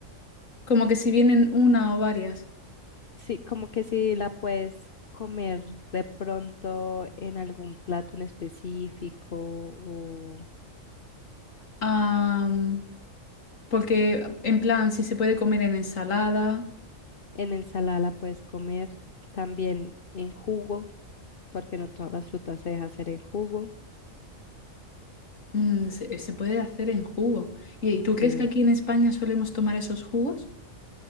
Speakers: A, on the left; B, on the left.
A: como que si vienen una o varias.
B: Sí, como que si la puedes comer de pronto en algún plato en específico o
A: Am, porque, en plan, si se puede comer en ensalada,
B: en ensalada la puedes comer también en jugo, porque no todas las frutas se deja hacer en jugo.
A: mm, se, se puede hacer en jugo. ¿Y tú
B: Sí.
A: crees que aquí en España solemos tomar esos jugos?